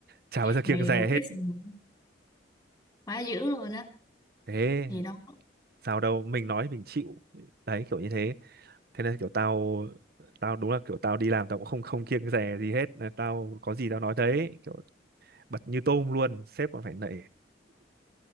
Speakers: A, on the right; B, on the left.
A: chả bao giờ
B: mày
A: kiêng dè
B: professional
A: hết
B: quá dữ luôn á
A: thế
B: thì đó
A: sao đâu mình nói mình chịu đấy kiểu như thế thế nên kiểu tao tao đúng là kiểu tao đi làm tao cũng không không kiêng dè gì hết Là tao có gì tao nói đấy kiểu bật như tôm luôn sếp còn phải nể